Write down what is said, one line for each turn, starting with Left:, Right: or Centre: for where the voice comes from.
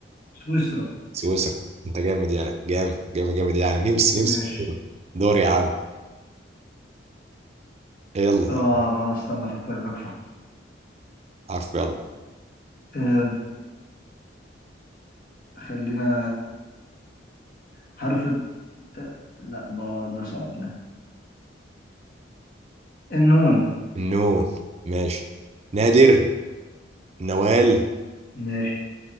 Left: سويسرا
Right: سويسرا انت جامد يلا جامد جامد جامد يعني نمس نمس
Left: ماشي
Right: دور يا عم يلا
Left: اه استنى افكر لك فقط
Right: حرف يلا
Left: آه خلينا حرف الت- آه لا ب- ده صعب ده النون
Right: النون ماشي نادر نوال
Left: ماشي